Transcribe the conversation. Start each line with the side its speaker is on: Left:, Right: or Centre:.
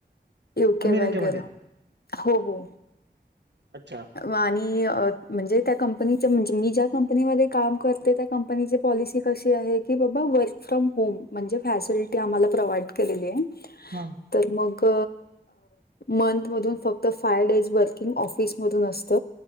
Left: यु के
Right: अमेरिकेमध्ये
Left: वगैरा. हो हो.
Right: अच्छा
Left: आणि म्हणजे त्या कंपनीच म्हणजे मी ज्या कंपनीमध्ये काम करते त्या कंप नी पॉलिसी कशी आहे. की बाबा वर्क फ्रॉम होम म्हणजे फॅसिलिटी आम्हाला प्रोव्हाइड केलेली आहे.
Right: हम.
Left: तर मग मंथ मधून फक्त फाय डेज वर्किंग ऑफ स मधून असत.